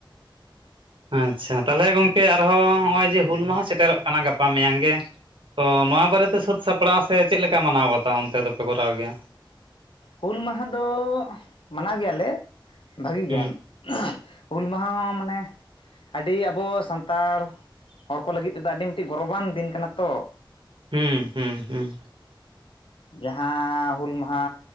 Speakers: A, on the right; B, on the left.
A: ᱟᱸᱪᱪᱷᱟ ᱛᱟᱦᱚᱞᱮ ᱜᱚᱝᱠᱮ ᱟᱨᱦᱚᱸ ᱦᱚᱜᱼᱚᱭ ᱡᱮ ᱦᱩᱞ ᱢᱟᱦᱟ ᱥᱮᱴᱮᱨᱚᱜ ᱠᱟᱱᱟ ᱜᱟᱯᱟ ᱢᱮᱭᱟᱝ ᱜᱮ᱾ ᱛᱚ ᱱᱚᱣᱟ ᱵᱟᱨᱮ ᱛᱮ ᱥᱟᱹᱛ ᱥᱟᱯᱲᱟᱣ ᱥᱮ ᱪᱮᱜ ᱞᱮᱠᱟ ᱢᱟᱱᱟᱣ ᱵᱟᱛᱟᱣ ᱚᱱᱛᱮ ᱫᱚᱯᱮ ᱠᱚᱨᱟᱣ ᱜᱮᱭᱟ᱾
B: ᱦᱩᱞ ᱢᱟᱦᱟ ᱫᱚ ᱢᱟᱱᱟᱣ ᱜᱮᱭᱟᱞᱮ ᱵᱷᱟᱹᱜᱤ
A: ᱦᱩᱸ
B: ᱜᱮᱭᱟᱱ᱾ ᱦᱩᱞ ᱢᱟᱦᱟ ᱦᱚᱸ ᱢᱟᱱᱮ ᱟᱹᱰᱤ ᱟᱵᱚ ᱥᱟᱱᱛᱟᱲ ᱦᱚᱲ ᱠᱚ ᱞᱟᱹᱜᱤᱫ ᱛᱮᱫᱚ ᱟᱹᱰᱤ ᱢᱤᱫᱴᱤᱡ ᱜᱚᱨᱚᱵᱟᱱ ᱫᱤᱱ ᱠᱟᱱᱟ ᱛᱚ᱾
A: ᱦᱩᱸ ᱦᱩᱸ ᱦᱩᱸ᱾
B: ᱡᱟᱦᱟᱸ ᱦᱩᱞ ᱢᱟᱦᱟ